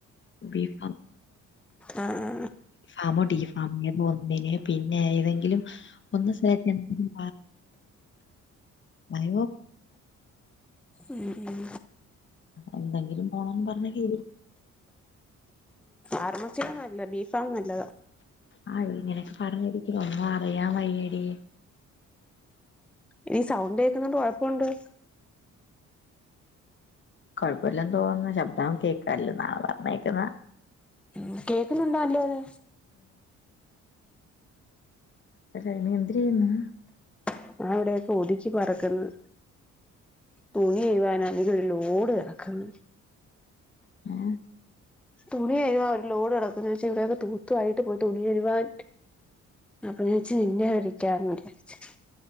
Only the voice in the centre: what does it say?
ആ ആ
ഉം ഉം
ആർമസിയ നല്ല ബീഫാ നല്ലത്
ഇനി സൗണ്ട് കേക്കുന്നണ്ട് കൊഴപ്പൊണ്ടൊ
ഉ കേക്കുന്നുണ്ടൊ അന്റേത്
ഞാൻ ഇവിടെയൊക്കെ ഒതുക്കി പറക്ക്ന്ന് തൂ <unintelligible> ചെയ്യുവാന എനിക്ക് ഒരു ലോഡ് കെടക്ക്‌ന്ന്
തുണികഴ്കാൻ ഒരു ലോഡ് കെടക്കുന്നു <unintelligible> ഇവിടെക്കെ തൂത്തുവാരിയിട്ട് പോ തുണികഴുവാൻ അപ്പം ഞാൻ ച് വിന്നെ വിളിക്കാന്ന് വിചാരിച്